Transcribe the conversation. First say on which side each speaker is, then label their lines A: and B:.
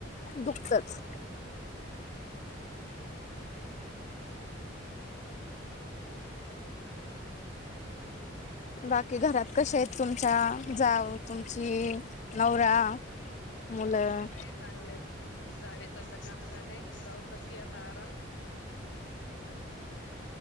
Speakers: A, on the left; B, on the left.
A: दुखतच
B: हो, ना
A: बाकी घरात कश्या आहेत तुमच्या? जाऊ तुमची नवरा, मुलं
B: सगळे चांगले आहेत, जावेच आता काम झाले, जाऊ करती आता आराम. <inaudible>